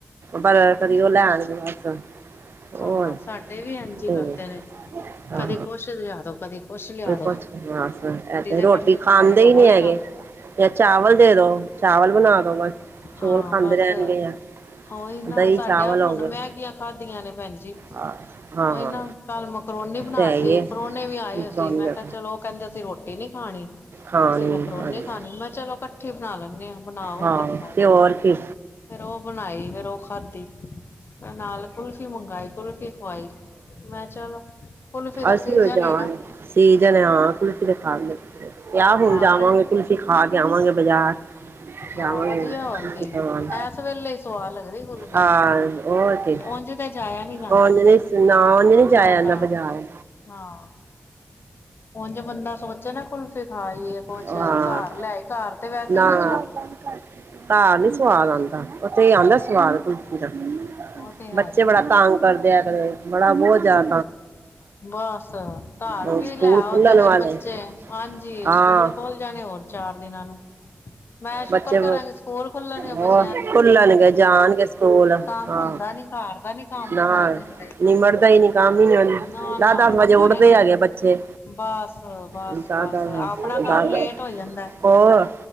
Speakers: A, on the right (about 65°); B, on the left (about 65°).
A: ਪਰ ਕਦੀ ਉਹ ਲੈ ਆਉਣਗੇ ਬਸ ਹੋਰ
B: ਹ ਸਾਡੇ ਵੀ ਇੰਝ ਹੀ
A: ਤੇ
B: ਕਰਦੇ ਨੇ
A: ਹਾਂ
B: ਕਦੀ ਕੁਛ ਲਿਆ ਦੋ ਕਦੀ ਕੁਛ ਲਿਆ ਦੋ
A: ਕੁਛ ਬਸ ਇਹ ਤੇ ਰੋਟੀ
B: ਕਹਿੰਦੇ
A: ਖਾਂਦੇ
B: ਸਾਨੂੰ ਦਵੋ
A: ਈ ਨੀ
B: ਹੀ
A: ਹੈਗੇ
B: ਨਾ
A: ਜਾਂ ਚਾਵਲ ਦੇ ਦੋ ਚਾਵਲ ਬਣਾ ਦੋ ਬਸ ਚੌਲ
B: ਹਾਂ
A: ਖਾਂਦੇ
B: ਬੱਸ
A: ਰਹਿਣਗੇ
B: ਉਹੀ
A: ਆ
B: ਨਾ
A: ਦਹੀਂ
B: ਸਾਡਿਆਂ
A: ਚਾਵਲ
B: ਹੁਣ
A: ਹੋ ਗਏ
B: ਮੈਗੀਆਂ ਖਾਦੀਆਂ ਨੇ ਭੈਣਜੀ
A: ਹਾਂ ਹਾਂ
B: ਓਈ ਨਾ ਕੱਲ ਮੈਂਕਰੋਨੀ ਬਣਾ
A: ਤੇ ਹੈ ਹੀ
B: ਤੀ
A: ਹੈ
B: ਪ੍ਰੋਹਣੇ ਵੀ ਆਏ ਹੋਏ
A: ਕਰਾਉਣੀ
B: ਸੀ ਮੈਂ
A: ਆ
B: ਕਿਹਾ ਚਲੋ ਉਹ ਕਹਿੰਦੇ ਅਸੀਂ ਰੋਟੀ ਨੀ ਖਾਣੀ
A: ਹਾਂ
B: ਅਸੀਂ
A: ਏ
B: ਮਕਰੋਨੀ
A: ਹਾਂਜੀ
B: ਮੈਂ ਚਲੋ ਇਕੱਠੀ ਬਣਾ ਲੈਂਦੇ ਹਾਂ ਬਣਾਓ
A: ਹਾਂ
B: ਤੇ ਖਾਓ
A: ਹੋਰ ਕੀ
B: ਫੇਰ ਉਹ ਬਣਾਈ ਫੇਰ ਉਹ ਖਾਧੀ ਨਾਲ ਕੁਲਫੀ ਮੰਗਵਾਈ ਕੁਲਫੀ ਖਵਾਈ ਮੈਂ ਕਿਹਾ ਚਲੋ ਕੁਲਫੀ ਦਾ
A: ਅਸੀਂ
B: ਸੀਜਨ
A: ਵੀ ਜਾਵਾਂਗੇ
B: ਏ ਨਾ
A: ਸੀਜਨ ਆ ਕੁਲਫੀ ਦੇ ਖਾ ਆਹ
B: ਹਾਂ
A: ਹੁਣ ਜਾਵਾਂਗੇ
B: ਠੰ
A: ਕੁਲਫ਼ੀ ਖਾ ਕੇ ਆਵਾਂਗੇ ਬਾਜ਼ਾਰ
B: ਹਾਂ
A: ਜਾਵਾਂ
B: ਵਧੀਆ
A: ਗੇ
B: ਹੋਰ
A: ਕੁਲਫੀ
B: ਕੀ
A: ਖਾਵਾਨ,
B: ਇਸ ਵੇਲੇ ਹੀ ਸਵਾਦ ਲੱਗਦੀ ਕੁਲਫੀ
A: ਆਹ ਓਕੇ
B: ਉਝ ਤੇ ਜਾਇਆ ਨਹੀਂ ਜਾਂਦਾ
A: ਉਹ ਨਾ ਨਾਲ ਨੀ ਲੈਂ ਜਾਇਆ
B: ਨਾ
A: ਜਾਂਦਾ
B: ਨਾ
A: ਬਾਜ਼ਾਰ,
B: ਹਾਂ ਉਝ ਬੰਦਾ ਸੋਚੇ ਨਾ ਕੁਲਫੀ ਖਾਂ ਆਈਏ, ਕੁਛ
A: ਹਾਂ
B: ਘਰ ਲੈਏ ਘਰ ਤੇ ਵੈਸੇ
A: ਨਾ
B: ਵੀ,
A: ਘਰ ਨੀ ਸਵਾਦ ਆਂਦਾ ਉੱਥੇ ਈ ਆਉਂਦਾ ਸ-
B: ਹਾਂ
A: ਕੁਲਫੀ ਦਾ
B: ਉਹ ਤੇ ਹੈ
A: ਬੱਚੇ
B: ਹੀ
A: ਬੜਾ ਤਾਂਗ ਕਰਦੇ ਆ, ਬੜਾ ਬੋਜ ਜਾ-
B: ਬਸ ਘਰ
A: ਹੁਣ
B: ਵੀ
A: ਸਕੂਲ
B: ਲੈ ਆਓ
A: ਖੁੱਲਣ
B: ਤੇ ਫੇਰ
A: ਵਾਲੇ
B: ਬੱਚੇ, ਹਾਂਜੀ
A: ਹਾਂ
B: ਸਕੂਲ ਖੂਲ ਜਾਣੇ ਹੋਰ। ਚਾਰ ਦਿਨਾਂ ਨੂੰ ਮੈਂ ਸ਼ੁਕਰ
A: ਬੱਚੇ
B: ਕਰਾਂਗੀ ਸਕੂਲ ਖੁੱਲਣਗੇ
A: ਹੋਰ
B: ਬੱਚਿਆਂ
A: ਖੂਲ ਜਾਣਗੇ, ਜਾਣਗੇ। ਸੋਲ
B: ਕੰਮ
A: ਹਾਂ
B: ਹੁੰਦਾ ਨੀ ਘਰ ਦਾ ਨੀ ਕੰਮ
A: ਨਾਲ
B: ਕਰਨ ਦਿੰਦੇ
A: ਮਰਦਾ ਈ ਨੀ, ਕੰਮ ਹੀ ਨੀ ਹੋਂਦਾ
B: ਨਾ ਨਾ
A: ਦਸ- ਦਸ ਵਜੇ
B: ਕਰਨ
A: ਉਠਦੇ
B: ਨੀ
A: ਹੈਗੇ ਬੱਚੇ
B: ਬਸ- ਬਸ,
A: ਦਸ
B: ਬਸ
A: ਦਸ
B: ਆਪਣਾ ਕੰਮ-
A: ਦਸ
B: ਲੇਟ ਹੋ ਜਾਂਦਾ,
A: ਹੋਰ